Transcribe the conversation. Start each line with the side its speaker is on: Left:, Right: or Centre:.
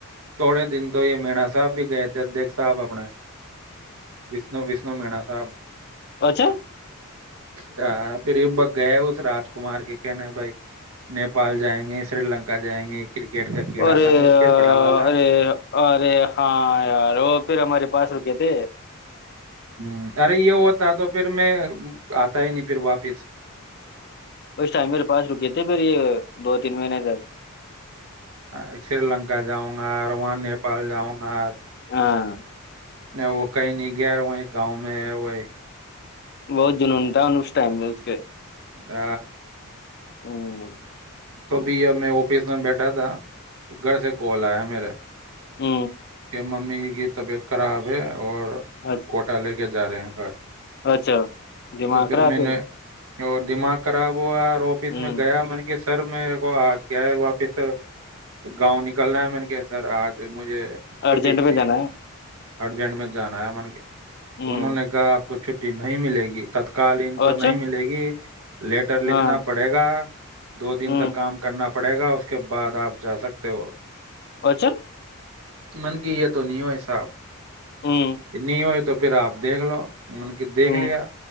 Right: تھوڑے دن تو یہ مناا صاحب بھی گئے تھے دیک صاحب اپنا وشنوس اسو مینا صاحب
Left: اچچھے
Right: ا پھر یہ ب گئے اس راج کمار کے کہنے بھائی نیپال جائیں گے سری لنک جائیں گے کرکٹ کا کیڑا
Left: ارے
Right: تھا نا اس کے بڑا والا
Left: ارے ارے ہاں یار وہ پھر ہمارے پاس روپیے تھ
Right: ہ ارے یہ ہوتا تو پھر میں آتا ہی نہیں پھر واپ پز
Left: اس ٹائم میرے پاس رکے تھے پھر یہ دو تین مہینے تک
Right: ا سری لنکا جاؤں گا وہاں نیپال جاؤں گا
Left: ہاں
Right: وہ کہیں نہیں گیا رہا ہ گاؤں میں ہے وہی
Left: بہت جنون تھا اس ٹائم میں اس کے
Right: ہ
Left: او
Right: تو بھی ا میں آفس میں بیٹھا تھا گھر سے کال آیا میرے
Left: ہ
Right: کہ ممی یہ طبیعت کرا اور
Left: اچھا
Right: کوٹ لے کے جا رہے ہیں
Left: اچھا دماغغ
Right: تو
Left: رہا ہے
Right: میں
Left: پھر
Right: نے اور دماغ خراب ہوا آفس
Left: ہوں
Right: میں گیا مط کہ س سر میرے کو آج کیا ہے واپس گاؤں نکلناا ہے میں نے کیا سر آج مجھے چھٹی
Left: ارجنٹ
Right: چاہیے
Left: میں جانا ہے
Right: ارجنٹ میں جانا ہے من کے
Left: ہوں
Right: انہوں نے کہا آپ کو چھٹی نہیں ملے گی تتکالین تو
Left: اچھا
Right: نہیں ملے گی لیٹر لکھنا
Left: ہاں
Right: پڑے گا دو دن
Left: ہوں
Right: تک کام کرنا پڑے گا اس کے بعد آپ جا سکتے ہو
Left: اچا
Right: من کی یہ تو نہیں ہو ح صااب
Left: ہوں
Right: کنی ہوئے تو پھر آپ دیکھ لو من کی دیکھ
Left: ہوں
Right: لیا